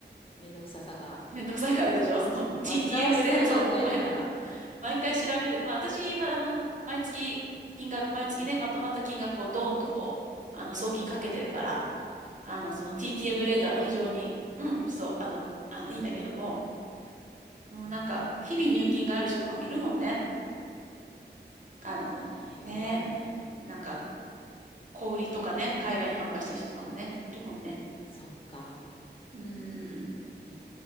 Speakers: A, on the left; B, on the right.
A: めんどくささが、
B: めんどくさいからでしょその
A: うん、
B: TTM
A: 煩わしさが増えるなら、
B: レートを毎、毎回調べるの。まあ私はあの、毎月、金額、毎月ね、
A: うん、
B: まとまった金額をドーンとこう、あの、送金かけてるから、あの、その TTM
A: 一定の。
B: レートは非常に、うん、そう、あの、あの、いいんだけども、もうなんか、
A: うーん、
B: 日々入金がある人とかもいるもんね。あの、
A: 大変だよね。
B: ねえ。なんか、小売りとかね、海外に販売してる人とかもね、いるもんね。
A: そっか。
B: うーん。
A: へ